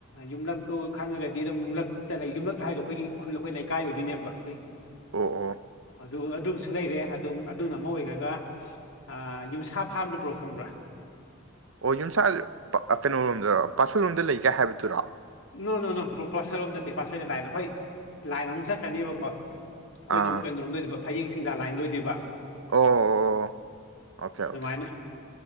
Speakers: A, on the left (about 75°); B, on the right (about 70°).
A: ꯌꯨꯝꯂꯛꯇꯣ ꯈꯪꯉꯒꯗꯤ ꯑꯗꯨꯝ ꯌꯨꯝꯂꯛꯇ ꯂꯩ ꯌꯨꯝꯂꯛ ꯍꯥꯏꯗꯣ ꯑꯩꯈꯣꯏꯒꯤ ꯈꯨꯜ ꯑꯩꯈꯣꯏ ꯂꯩꯀꯥꯏ ꯑꯣꯏꯗꯣꯏꯅꯦꯕ ꯑꯩꯈꯣꯏ
B: ꯑꯣ ꯑꯣ
A: ꯑꯗꯨ ꯑꯗꯨꯝꯁꯨ ꯂꯩꯔꯦ ꯑꯗꯨꯝ ꯑꯗꯨꯅ ꯑꯃ ꯑꯣꯏꯒ꯭ꯔꯒ ꯑ ꯌꯨꯝꯁꯥ ꯐꯥꯝꯗꯣ ꯕ꯭ꯔꯣ ꯈꯪꯕ꯭ꯔꯥ
B: ꯑꯣ ꯌꯨꯝꯁꯥꯖꯦ ꯑ ꯀꯩꯅꯣꯔꯣꯝꯗꯔꯣ ꯄꯥꯠꯁꯣꯏꯔꯣꯝꯗ ꯂꯩ ꯀꯥꯏ ꯍꯥꯏꯕꯗꯨꯔꯣ
A: ꯅꯣ ꯅꯣ ꯅꯣ ꯕ꯭ꯔꯣ ꯄꯥꯠꯁꯣꯏꯔꯣꯝ ꯅꯠꯇꯦ ꯄꯥꯠꯁꯣꯏꯗ ꯂꯥꯏꯟ ꯑꯩꯈꯣꯏ ꯂꯥꯏꯟ ꯑꯃꯥ ꯆꯠꯈ꯭ꯔꯅꯦꯕꯀꯣ ꯑꯩꯈꯣꯏꯅ
B: ꯑꯥ
A: ꯑꯃꯨꯛ ꯀꯩꯅꯣꯔꯣꯝꯗ ꯑꯣꯏꯗꯣꯏꯕ ꯐꯌꯦꯡ ꯁꯤꯡꯗꯥ ꯂꯥꯏꯟꯗ ꯑꯣꯏꯗꯣꯏꯕ
B: ꯑꯣ ꯑꯣ ꯑꯣꯀꯦ ꯑꯣꯀꯦ
A: ꯑꯗꯨꯃꯥꯏꯅ